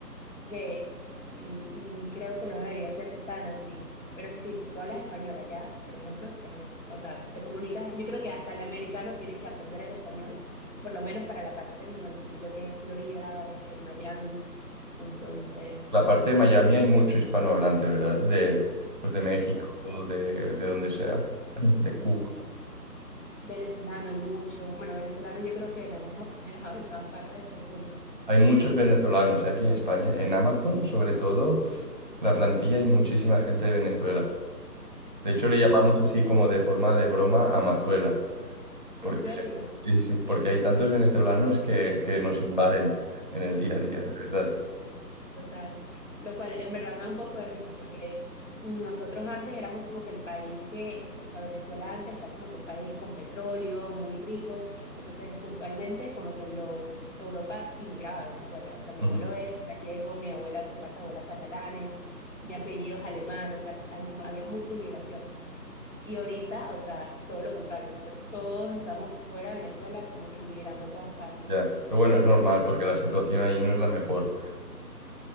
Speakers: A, on the left; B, on the right.
A: que mm, mm, creo que no debería ser tan así. Pero sí, si tú hablas español allá, por ejemplo, te, o sea, te comunicas, yo creo que hasta el americano tiene que aprender el español, por lo menos para la parte en donde estoy yo, que es Florida, eh, en Miami. Entonces,
B: La parte de Miami hay mucho hispanohablante, ¿verdad? De, pues de México,
A: ya.
B: de, de donde sea, de Cuba.
A: Mm, Sí. Venezolano hay mucho. Bueno, venezolano yo creo que nos hemos <laughs> apoderado de todas partes de este punto.
B: Hay muchos venezolanos, ¿eh? Aquí en España. En Amazon, sobre todo, pf, la plantilla hay muchísima gente de Venezuela. De
A: Sí,
B: hecho, le llamamos
A: sí.
B: así como de forma de broma Amazuela, porque,
A: En serio.
B: sí, sí, porque hay tantos venezolanos que, que nos invaden en el día a día,
A: Sí,
B: de verdad.
A: total. Lo cual en verdad me da un poco de risa porque nosotros antes éramos como que el país que, o sea, Venezuela antes era como que un país con petróleo, muy rico. Entonces, usualmente como que lo, Europa inmigraba a Venezuela. O sea, mi
B: Ujú.
A: abuelo es gallego, mi abuela por parte de abuela catalanes, mi apellido es alemán. O sea, hay- había mucha inmigración. Y ahorita, o sea, todo lo contrario, ahorita todos estamos fuera de Venezuela como que inmigrando a todas partes.
B: Ya. Pero bueno, es normal, porque la situación ahí no es la mejor.